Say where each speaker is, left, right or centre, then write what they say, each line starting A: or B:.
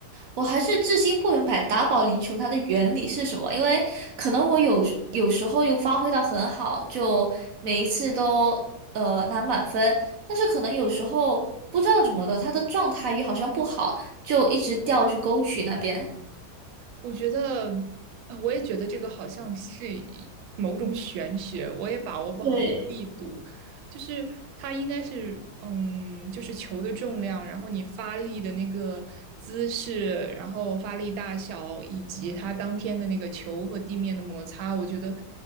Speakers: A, on the right (about 70°); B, on the right (about 85°).
A: 我还是至今不明白打保龄球它的原理是什么，因为可能我有有时候又发挥的很好，就每一次都呃拿满分，但是可能有时候不知道怎么的，他的状态也好像不好，就一直掉去沟渠那边。
B: 我觉得，呃我也觉得这个好像是一某种玄学，我也把握不好那个力度。
A: 对，
B: 就是它应该是，嗯，就是球的重量，然后你发力的那个姿势，然后发力大小，以及它当天的那个球和地面的摩擦，我觉得